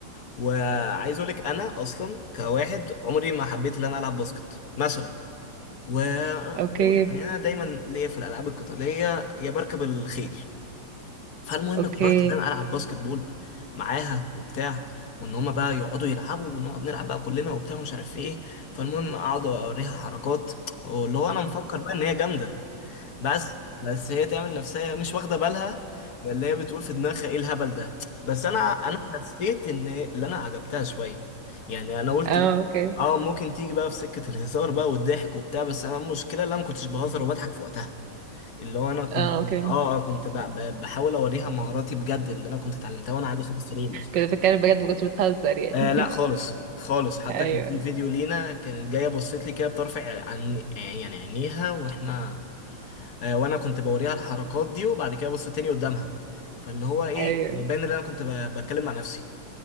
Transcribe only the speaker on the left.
وعايز اقول لك انا اصلا كواحد عمري ما حبيت ان انا العب باسكت مثلا وعمري
يعني انا دايما ليا في الالعاب القتالية يا بركب الخيل فالمهم
قررت ان انا العب باسكت بول معاها وبتاع وان هما بقى يقعدوا يلعبوا ونقعد نلعب بقى كلنا وبتاع ومش عارف ايه فالمهم اقعد اوريها حركات واللي هو انا مفكر بقى ان هي جامدة بس بس هي تعمل نفسها مش واخده بالها اللي هي بتقول في دماغها ايه الهبل ده بس انا انا حسيت ان اللي انا عجبتها شويه يعني انا قلت
ايه
اه ممكن تيجي بقى في سكه الهزار بقى والضحك وبتاع بس انا المشكله اللي انا ما كنتش بهزر وبضحك في وقتها اللي هو انا كنت
اه آه، كنت ب- ب- بحاول اوريها مهاراتي بجد اللي انا كنت اتعلمتها وانا عندي خمس سنين مثلا
آه لا خالص خالص حتى
كان في فيديو لينا كانت جايه بصيت لي كده بطرف عن يعني عينيها واحنا آه، وانا كنت بوريها الحركات دي وبعد كده ابص تاني قدامها فاللي هو ايه
آه، باين ان انا كنت ب- بتكلم مع نفسي